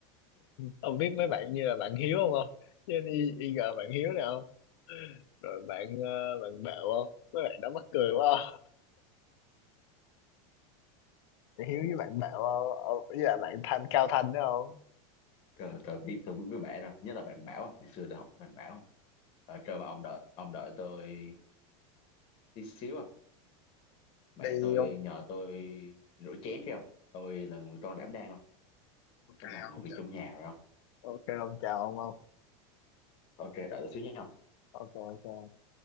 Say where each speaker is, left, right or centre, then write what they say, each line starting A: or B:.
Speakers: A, on the left; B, on the left.
A: ông biết mấy bạn như là bạn Hiếu không không chứ y, y gờ bạn Hiếu nào không rồi bạn ờ, bạn Bảo không mấy bạn đó mắc cười quá không bạn Hiếu với bạn Bảo không Ông- với là bạn Thanh Cao Thanh đó không
B: tôi tôi biết tôi biết với bạn đâu nhất là bạn bảo ngày xưa tôi học bạn bảo Ờ, kêu mà ông đợi ông đợi tôi tí xíu không mẹ
A: đi
B: tôi
A: không
B: nhờ tôi rửa chén kia không tôi là người con đảm đang
A: ok
B: không phải làm
A: ông
B: mọi việc
A: chào
B: trong nhà rồi không
A: ok ông chào ông không
B: ok đợi tôi xíu nha
A: ok ok